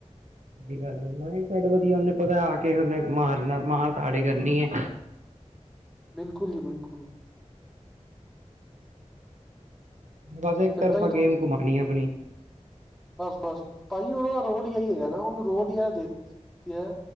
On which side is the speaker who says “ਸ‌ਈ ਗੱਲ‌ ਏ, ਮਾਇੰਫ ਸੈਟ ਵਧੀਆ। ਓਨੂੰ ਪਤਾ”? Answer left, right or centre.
Right